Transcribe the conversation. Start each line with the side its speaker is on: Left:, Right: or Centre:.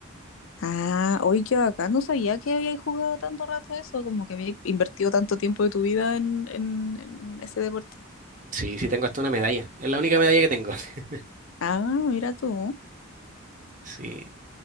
Left: Ah, hoy que acá no sabía que habías jugado tanto rato eso, como que habías invertido tanto tiempo de tu vida en, en en ese deporte.
Right: Sí, sí tengo hasta una medalla. Es la única medalla que tengo. <laughs>
Left: Ah, mira tú.
Right: Sí,